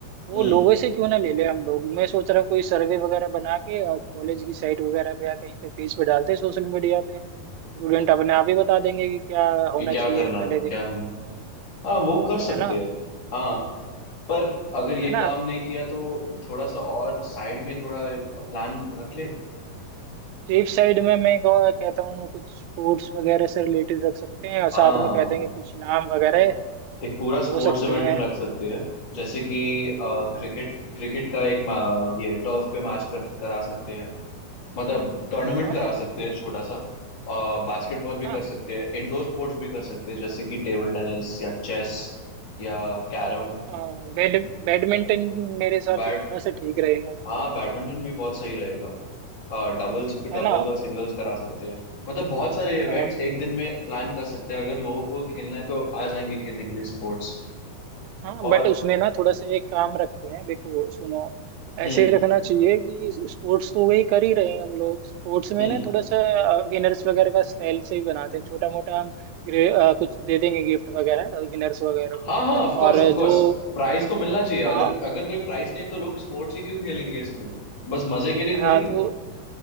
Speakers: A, on the right; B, on the left.
A: वो
B: हम्म
A: लोगों से क्यों ना ले ले हम लोग मैं सोच रहा हूँ कोई सर्वे वगैरह बना के कॉलेज की साइट वगैरह पे या कहीं पे पेज पे डालते हैं सोशल मीडिया पे स्टूडेंट अपने आप ही बता देंगे कि क्या होना
B: कि क्या
A: चाहिए
B: करना
A: पहले
B: है
A: दिन
B: क्या होना
A: क्या
B: है हाँ वो कर सकते
A: है ना
B: हैं हाँ पर अगर ये
A: है ना
B: काम नहीं किया तो थोड़ा सा और साइड में थोड़ा एक प्लान रख ले
A: स्ट्रीट साइड में मैं कहो- कहता हूँ कुछ स्पोर्ट्स वगैरह से रिलेटेड रख सकते हैं और साथ
B: हाँ
A: में कह देंगे कुछ इनाम वगैरह
B: हाँ, एक पूरा स्पोर्ट्स
A: हो सकते
B: इवेंट
A: हैं
B: रख सकते हैं जैसे कि क्रिकेट क्रिकेट का एक मा, ये टर्फ पे मैच कर, करा सकते हैं मतलब टूर्नामेंट
A: हाँ
B: करा सकते हैं छोटा सा और बास्केटबॉल भी
A: हाँ
B: कर सकते हैं इंडोर स्पोर्ट्स भी कर सकते हैं जैसे कि टेबल टेनिस या चेस या कैरम
A: हाँ बैड बैडमिंटन मेरे हिसाब
B: बैड
A: से थोड़ा सा ठीक रहेगा या
B: हाँ
A: तो
B: बैडमिंटन भी बहुत सही रहेगा डबल्स डबल्स
A: है ना
B: और सिंगल्स करा सकते हैं मतलब बहुत सारे
A: हाँ
B: इवेंट्स एक दिन में प्लान कर सकते हैं अगर लोगों को खेलना है तो आ जाएंगे खेलने के लिए स्पोर्ट्स
A: हाँ
B: और
A: बट उसमें ना थोड़ा सा एक काम रखते हैं देखो सुनो
B: हम्म
A: ऐसे ही रखना चाहिए कि स्पोर्ट्स तो वही कर ही रहे हैं हम लोग स्पोर्ट्स में
B: हम्म
A: ना थोड़ा सा विनर्स वगैरह का स्टाइल से ही बनाते हैं छोटा मोटा हम ग्रे- अ, कुछ दे देंगे गिफ्ट वगैरह विनर्स वगैरह को
B: हाँ हाँ of
A: और
B: course of
A: जो
B: course Prize तो मिलना चाहिए अगर
A: हाँ
B: अगर कोई प्राइस नहीं है तो लोग स्पोर्ट्स ही क्यों खेलेंगे इसमें बस मजे के लिए
A: हाँ
B: थोड़ी
A: तो